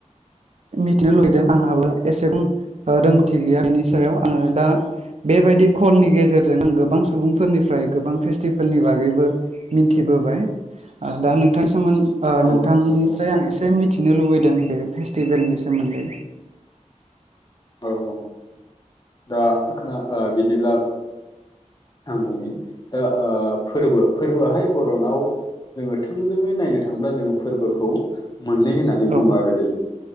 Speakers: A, on the right; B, on the left.
A: मिथिनो लुुबैदों आंहाबो एसेबां रोंगौथि गैया बिनि सायाव आङो दा बेबायदि, कलनि गेजेरजों आं गोबां सुबुंफोरनिफ्राय गोबां फेस्टिभेलनि बागैबो मिथिबोबाय, दा नोंथांनि सोमोन नोंथांनिफ्राय
B: औ नंगौ नंगौ
A: आं एसे मिथिनो लुबैदों बे फेस्टिभेलनि सोमोन मोन्दों,
B: औ औ दा खोना बिदिब्ला, आं बुंनि दा ओ फोरबो फोरबो आवहाय बर'नाव, जोङो थोंजोङै नायनो थाङोब्ला जोङो फोरबोखौ मोननै होननानै
A: औ
B: बुङो आरो दै